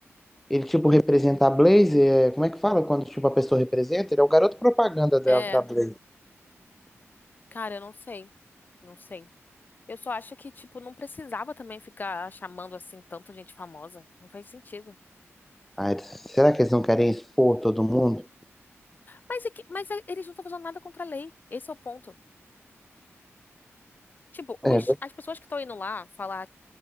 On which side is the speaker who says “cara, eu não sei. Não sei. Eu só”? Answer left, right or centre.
Left